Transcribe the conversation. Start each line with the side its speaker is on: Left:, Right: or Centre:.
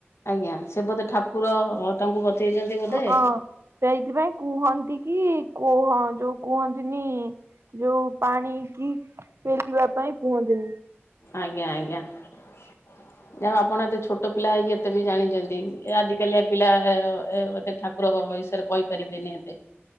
Left: ଆଜ୍ଞା ସେ ବୋଧେ ଠାକୁର ତାଙ୍କୁ ବଞ୍ଚେଇଚନ୍ତି ବୋଧେ।
Right: ହଁ ସେଇଥିପାଇଁ କୁହନ୍ତି କି କୁହ ଯୋଉ କୁହନ୍ତିନି ଯୋଉ ପାଣି କି ଫେଲିବା ପାଇଁ କୁହନ୍ତିନି
Left: ଆଜ୍ଞା ଆଜ୍ଞା ଯାହାହୋଉ ଆପଣ ଏତେ ଛୋଟ ପିଲା ହେଇକି ଏତେ ବି ଜାଣିଚନ୍ତି। ଏ ଆଜିିକାଲିଆ ପିଲା ଆ-ଏତେ ଠାକୁରଙ୍କ ବିଷୟରେ କହିପାରିବେନି ଏତେ।